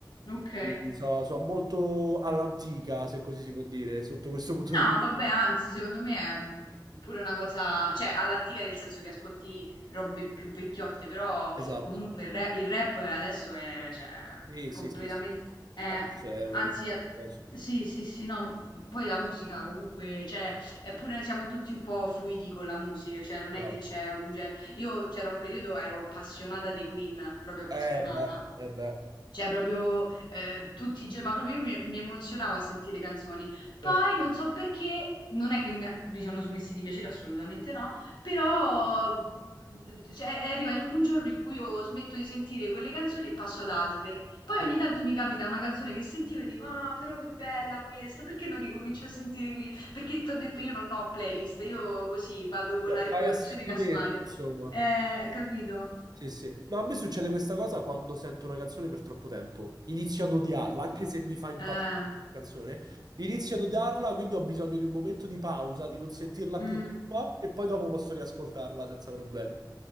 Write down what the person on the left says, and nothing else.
ok.
No,
vabbè, anzi, secondo me è pure una cosa, cioè all'antica nel senso che ascolti robe più vecchiotte, però
comunque il, ra- il rap adesso è, cioè,
completamente,
è-
anzi, è-
sì, sì, sì, no, ma poi la musica comunque, cioè, è pure, siamo tutti un po' fluidi con la musica, cioè non
è che c'è un genere, io c'era un periodo, ero appassionata dei Queen, proprio appassionata.
Cioè, proprio eh, tutti i giorni, ma proprio io mi, mi emozionavo a sentire le canzoni. Poi
non so perché, non è che mi, mi sono smessi di piacere, assolutamente no, però mm, cioè, arriva in- un giorno in cui io smetto di sentire quelle canzoni e passo ad altre. Poi
ogni tanto mi capita una canzone che sentivo e dico, ah, però che bella questa, perché non ricomincio a sentire qui? Perché ti ho detto io non ho playlist, io così vado con la riproduzione
casuale.
Eh, capito?
Eh,
mm.